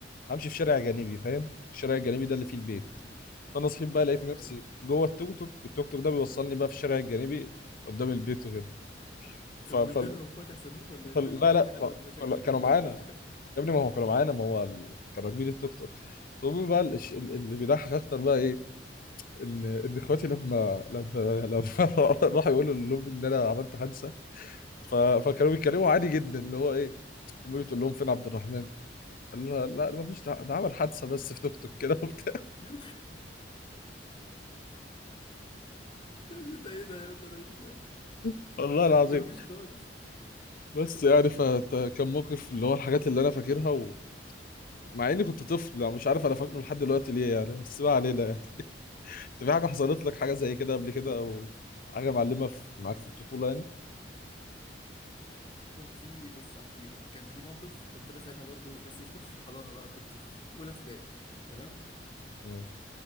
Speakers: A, on the left (about 50°); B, on the left (about 30°).
A: همشي في شارع جانبي فاهم الشارع الجانبي ده اللي فيه البيت
B: م- م.
A: فانا صحيت بقى لقيت
B: ايوه
A: نفسي
B: ايوه
A: جوه التوك توك التوك توك ده بيوصلني بقى في الشارع الجانبي قدام البيت وكده ف...
B: طب
A: ف...
B: والدادا واخواتك سابوك ولا ايه
A: فال- لا لا
B: قال لك الواد
A: ف-
B: ده شكله
A: كل- كانوا
B: كده
A: معانا يا ابني ما هو كانوا معانا
B: <laughs>
A: ما هو
B: اه
A: ال- كانوا راكبين التوك توك المهم بقى الش- اللي بيضحك اكتر بقى ايه ان ان اخواتي لما لما لما <laughs> راحوا يقولوا لامي ان انا عملت حادثه ف- فكانوا بيتكلموا
B: م. <laughs>
A: عادي جدا اللي هو ايه امي بتقول لهم فين عبد الرحمن قال لها لا ما فيش ده ده عمل حادثه بس في توك توك كده وبتاع
B: يا ابني ده ايه ده يا ابني انا مش فاهم
A: <laughs> والله العظيم
B: ده مفيش خالص
A: بس يعني فكان موقف اللي هو الحاجات اللي انا فاكرها ومع اني كنت طفل يعني مش عارف انا فاكره لحد دلوقتي ليه يعني بس ما علينا يعني. في حاجة حصلت لك حاجة زي كده قبل كده أو حاجة معلمة في معاك في الطفولة يعني؟
B: كان في بص احكي لك كان في موقف كنت انا ساعتها برضو بس مش كنتش في الحضانه بقى كنت في اولى ابتدائي تمام
A: مم.